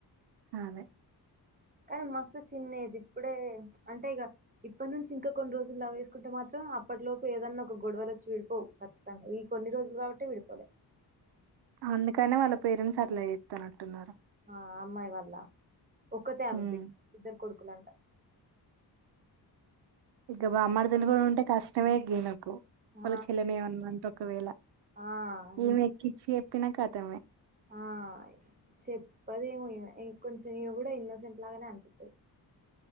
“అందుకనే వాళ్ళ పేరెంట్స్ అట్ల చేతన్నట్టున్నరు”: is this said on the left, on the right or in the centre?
Right